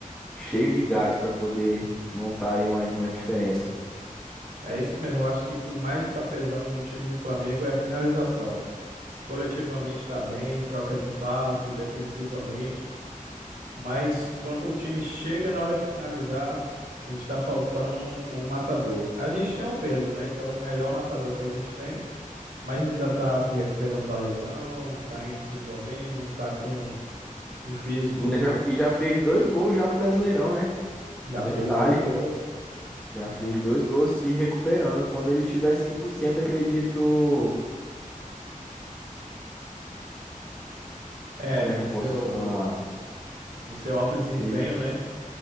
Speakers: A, in the centre; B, on the right.
A: cheio de gás para poder montar aí uma, uma diferença.
B: É isso mesmo. Eu acho que o que mais está pesando no time do Flamengo é a finalização. Coletivamente está bem, troca de passe, defensivamente, mas quando o time chega na hora de finalizar, a gente está faltando um, um matador. A gente tem o Pedro, né, que é o melhor matador que a gente tem. mas ainda está se recuperando da lesão, está em desenvolvendo, não está com um físico,
A: Ainda já, e já fez dois gols já no Brasileirão, né?
B: já
A: Detalhe,
B: fez dois gols,
A: já
B: tá?
A: fez dois gols se recuperando. Quando ele tiver 100%, acredito.
B: É,
A: Como
B: no
A: é que eu
B: seu
A: posso falar?
B: no seu alto desempenho,
A: E-
B: né?